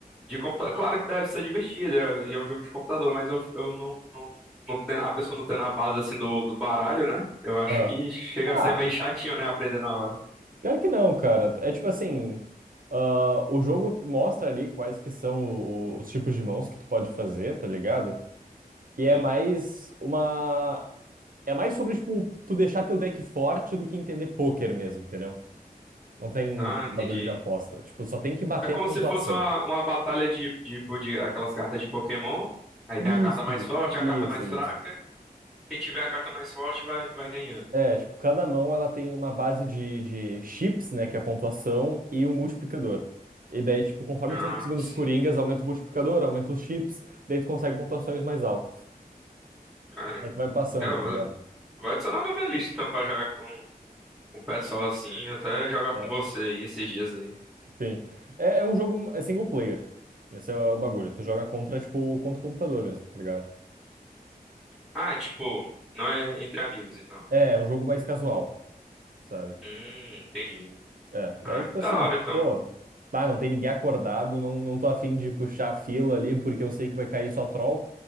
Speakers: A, in the centre; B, on the right.
A: de computador. Claro que deve ser divertido, é, e é um jogo de computador, mas eu, eu não, não, não tem, a pessoa não tem na base assim do, do baralho, né? Eu acho
B: Aham.
A: que chega
B: Ah,
A: a ser meio chatinho, né? Aprender na hora.
B: Pior que não, cara. É tipo assim, ah, o jogo mostra ali quais que são o- os tipos de mãos que tu pode fazer, tá ligado? E é
A: Sim.
B: mais uma. É mais sobre, tipo, tu deixar teu deck forte do que entender pôquer mesmo, entendeu? Não tem
A: Ah,
B: bagulho
A: entendi.
B: de aposta. Tipo, só tem que bater
A: É como
B: a pontuação.
A: se fosse uma, uma batalha de, de, de aquelas cartas de Pokémon. Aí
B: Isso,
A: tem a carta mais forte,
B: isso,
A: a carta mais
B: isso.
A: fraca. Quem tiver a carta mais forte vai, vai ganhando.
B: É, tipo, cada mão ela tem uma base de, de chips, né, que é a pontuação, e um multiplicador. E daí, tipo, conforme
A: Ah,
B: tu vai conseguindo
A: sim.
B: os coringas, aumenta o multiplicador, aumenta os chips, daí tu consegue pontuações mais altas.
A: Caramba.
B: Aí tu vai passando,
A: É, Eu
B: tá
A: vou,
B: ligado?
A: vou adicionar na minha lista então, pra jogar com, com o pessoal assim. Até jogar com
B: É,
A: você aí esses dias aí.
B: sim. É, é um jogo é single player. Esse é o, é o bagulho. Tu joga contra, tipo, contra o computador mesmo, tá ligado?
A: Ah, tipo, não é entre amigos então.
B: É, é um jogo mais casual, sabe?
A: Hum, entendi.
B: É,
A: Ah,
B: daí tipo assim,
A: da hora então.
B: pô, ah, não tem ninguém acordado, não, não tô afim de puxar a fila ali, porque eu sei que vai cair só troll.